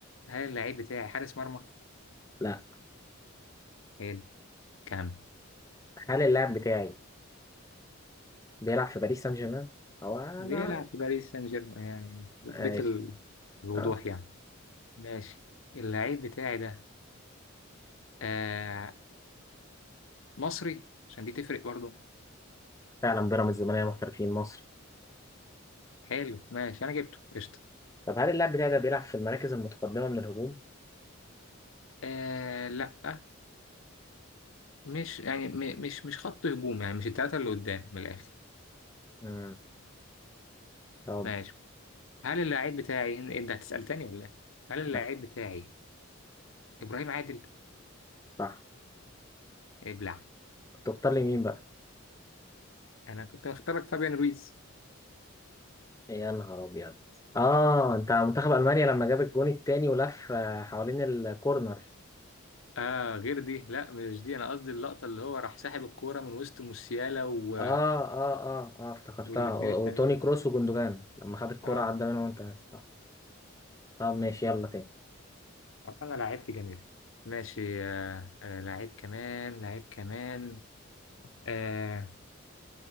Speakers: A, on the left; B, on the left.
A: هل اللعيب بتاعي حارس مرمى
B: لا
A: حلو كام
B: هل اللاعب بتاعي بيلعب في باريس سان جيرمان؟ هو أنا
A: بيلعب في باريس سان جيرمان يعني بيت
B: ماشي
A: ال- الوضوح
B: أه
A: يعني ماشي اللعيب بتاعي ده آه مصري عشان دي تفرق برضه
B: فعلا بيراميدز زمالية محترفين مصر
A: حلو ماشي أنا جبته قشطة
B: طب هل اللاعب بتاعي ده بيلعب في المراكز المتقدمة من الهجوم؟
A: آه لا مش يعني م- مش مش خط هجوم يعني مش التلاتة اللي قدام من الآخر
B: مم. طب
A: ماشي هل اللاعب بتاعي أنت هتسأل تاني ولا إيه؟ هل اللاعب
B: لا
A: بتاعي إبراهيم عادل؟
B: صح
A: ابلع
B: تختار لي مين بقى؟
A: أنا كنت مختارك فابيان رويز
B: يا نهار أبيض آه أنت منتخب ألمانيا لما جاب الجون التاني ولف آه، حوالين الكورنر
A: آه غير دي لا مش دي أنا قصدي اللقطة اللي هو راح ساحب الكورة من وسط موسيالا و...
B: آه آه آه آه افتكرتها
A: والاتنين
B: و-
A: التانيين
B: وتوني كروس وجندوجان لما خد الكرة
A: آه
B: عدى منهم وأنت صح طب ماشي يلا تاني
A: طب أنا لعبت جميل ماشي آه آه لعيب كمان لعيب كمان آه